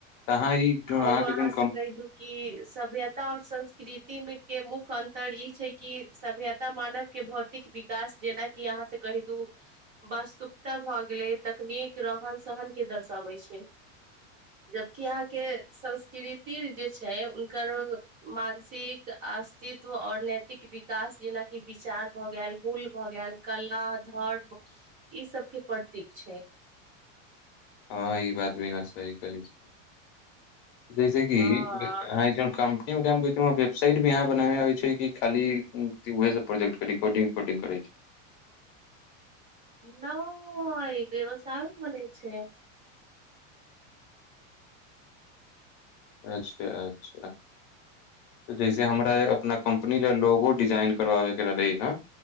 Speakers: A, on the left; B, on the right.
A: तऽ अहाँ ई जो
B: औरो
A: अहाँके
B: अहाँसे
A: जोन कम
B: कहि दू कि सभ्यता और संस्कृतिमे के मुख्य अन्तर ई छै कि सभ्यता त मानवके भौतिक विकास जेनाकि अहाँसे कहि दू वास्तुकता भऽ गेलै, तकनीक रहन-सहनके दर्शाबै छै जबकि अहाँके संस्कृति जे छै उनकर मानसिक, अस्तित्व आओर नैतिक विकास जेनाकि विचार भऽ गेल, मूल भऽ गेल कला, धर्म ई सबके प्रतीक छै
A: हँ ई बात भी अहाॅं सही कहै छी जैसे कि
B: हँ
A: अहाॅं <unintelligible> का एगो काम कहै छी ओ वेबसाट भी अहाँ बनाबे आबै छै कि खाली उहे सब प्रोजेक्टके रिकॉर्डिंग-उकोर्डिंग करै छै?
B: न <inaudible> ग सारू मने छै
A: अच्छा अच्छा तऽ जैसे हमरा अपना कम्पनी ले लोगो डिजाइन करबाबे के रहलै हन